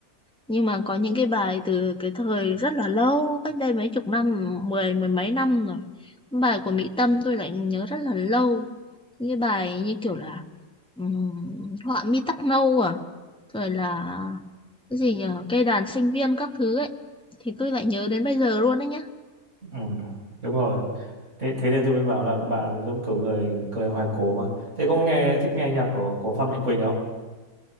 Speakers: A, in the centre; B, on the right.
A: nhưng mà có những cái bài từ cái thời rất là lâu cách đây mấy chục năm mười mười mấy năm rồi bài của Mỹ Tâm tôi lại nhớ rất là lâu những cái bài như kiểu là ừm, họa mi tóc nâu à rồi là cái gì nhỉ cây đàn sinh viên các thứ ấy thì tôi lại nhớ đến bây giờ luôn đấy nhá
B: ừ, đúng rồi thế, thế nên tôi mới bảo là bà giống kiểu người người hoài cổ mà thế có nghe thích nghe nhạc của của Phan Mạnh Quỳnh không